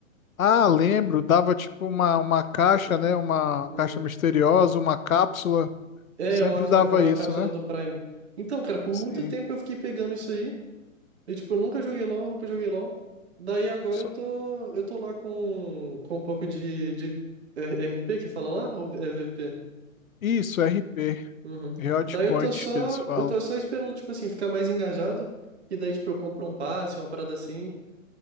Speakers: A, on the left; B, on the right.
A: Ah, lembro, dava tipo uma, uma caixa, né? Uma
B: Uhum.
A: caixa misteriosa, uma cápsula.
B: É,
A: Sempre
B: uma, ca-
A: dava
B: uma
A: isso,
B: cápsula
A: né?
B: do Prime. Então, cara, por
A: Sim.
B: muito tempo eu fiquei pegando isso aí. E, tipo, eu nunca joguei LoL, nunca joguei LoL. Daí agora
A: So-
B: eu tô, eu tô lá com, com um pouco de, de R- RP que fala lá, ou EVP?
A: Isso, RP,
B: Uhum.
A: Hot
B: Daí eu
A: Point
B: tô só,
A: que eles falam.
B: eu tô só esperando, tipo assim, ficar mais engajado. E daí, tipo, eu compro um passe, uma parada assim.